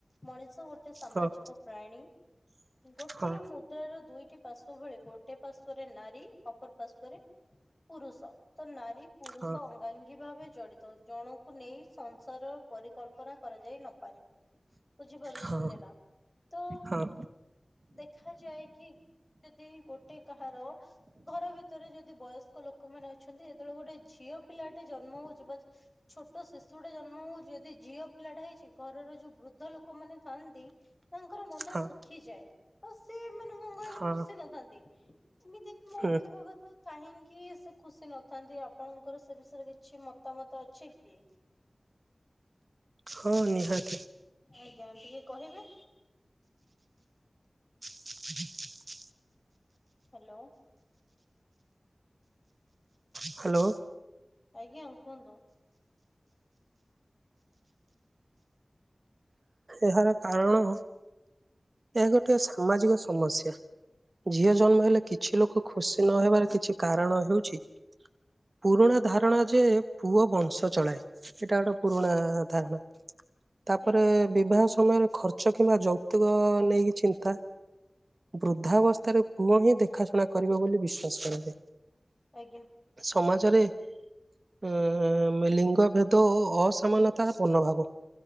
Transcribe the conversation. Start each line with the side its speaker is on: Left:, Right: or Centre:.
Left: ମଣିଷ ଗୋଟେ ସାମାଜିକ
Right: ହଁ।
Left: ପ୍ରାଣୀ। ଗୋଟିଏ
Right: ହଁ
Left: ମୁଦ୍ରାର ଦୁଇ ଟି ପାର୍ଶ ଭଳି! ଗୋଟେ ପାର୍ଶ୍ଵରେ ନାରୀ ଅପର ପାର୍ଶ୍ଵରେ ପୁରୁଷ! ତ ନାରୀ ପୁରୁଷ
Right: ହଁ
Left: ଅଙ୍ଗାଙ୍ଗୀ ଭାବେ ଜଡିତ। ଜଣଙ୍କୁ ନେଇ ସଂସାର ପରିକଳ୍ପନା କରାଯାଇ ନପାରେ। ବୁଝିପାରୁଛନ୍ତି
Right: ହଁ
Left: ନା, ତ
Right: ହଁ
Left: ଦେଖାାଯାଏ କି? ଯଦି ଗୋଟେ କାହାର! ଘର ଭିତରେ ଯଦି ବୟସ୍କ ଲୋ ଲୋକ ମାନେ ଅଛନ୍ତି! ଯେତେବେଳେ ଗୋଟେ ଝିଅ ପିଲାଟେ ଜନ୍ମ ହଉଛି ବା ଛୋଟ ଶିଶୁ ଗୋଟେ ଜନ୍ମ ହଉଛି! ଯଦି ଝିଅ ପିଲା ଟା ହେଇଛି ଘରର ଯୋଉ ବୃଦ୍ଧ ଲୋକମାନେ ଥାଆନ୍ତି। ତାଙ୍କର ମନ
Right: ହଁ
Left: ଶୁଖିଯାଏ। ଆଉ ସେମାନେ କଣ କହିଲେ
Right: ହଁ
Left: ଖୁସି ନଥାନ୍ତି। ସେମିତି ମୋ
Right: ହୁଁ
Left: କହିବା କଥା କାହିଁକି ସେ ଖୁସି ନଥାନ୍ତି। ଆପଣ ଙ୍କର ସେ ବିଷୟରେ କିଛି ମତାମତ ଅଛି କି?
Right: ହଁ ନିହାତି।
Left: ଆଜ୍ଞା, ଟିକେ କହିବେ।
Right: ହ <inaudible>
Left: ହ୍ୟାଲୋ!
Right: ହ୍ୟାଲୋ!
Left: ଆଜ୍ଞା କୁହନ୍ତୁ।
Right: ଏହାର କାରଣ ଏହା ଗୋଟେ ସାମାଜିକ ସମସ୍ୟା। ଝିଅ ଜନ୍ମ ହେଲେ କିଛି ଲୋକ ଖୁସି ନହେବାର କିଛି କାରଣ ହେଉଛି। ପୁରୁଣା ଧାରଣା ଯେ ପୁଅ ବଂଶ ଚଳାଏ। ସେଇଟା ଗୋଟେ ପୁରୁଣା ଧାରଣା ତାପରେ
Left: ଆଜ୍ଞା
Right: ବିବାହ ସମୟରେ ଖର୍ଚ୍ଚ କିମ୍ବା ଯୌତିୁକ ନେଇକି ଚିନ୍ତା। ବୃଦ୍ଧାବସ୍ଥାରେ ପୁଅ ହିଁ ଦେଖାଶୁଣା କରିବ ବୋଲି ବିଶ୍ୱାସ କରାଯାଏ।
Left: ଆଜ୍ଞା
Right: ସମାଜରେ ଅଁ-ଅ ଲିଙ୍ଗ ଭେଦ ଓ ଅସମାନ ତା ପୂର୍ଣ୍ଣଭାବ।